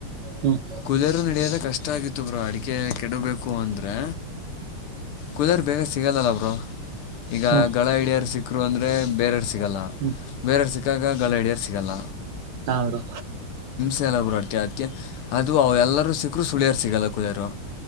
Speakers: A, on the right; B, on the left.
A: ಹ್ಮ್
B: ಕೂಲರ್ ನಡಿಯದ ಕಷ್ಟ. ಗತ್ತು ಬ ಅಡಿಕೆ ಕೆಡಬೇಕು ಅಂದ್ರೆ ಕೂಲರ್ ಬೇಗ. ಸಿಗಲ್ಲಲ್ಲ ಬ್ರೋ ಈಗ
A: ಹ್ಮ್
B: ಗಳ ಹಿಡಿಯಾರ ಸಿಕ್ಕರು ಅಂದ್ರೆ ಬೇರೆ... ಸಿಗಲ್ಲ
A: ಹ್ಮ್
B: ಬೇರೆಯವರು ಸಿಕ್ಕಾಗ ಗಳಹಿಡಿಯರು ಸಿಗಲ್ಲ.
A: ಹ್ ಬ್ರೋ
B: ಎಲ್ಲರು ಅಕೆ ಅದಕ್ಕೆ ಅದು ಅವ ಎಲ್ಲರೂ ಸಿಕ್ಕರು ಸುಳಿಯರ್ ಸಿಗಲ್ಲ ಕುದಿಯರು.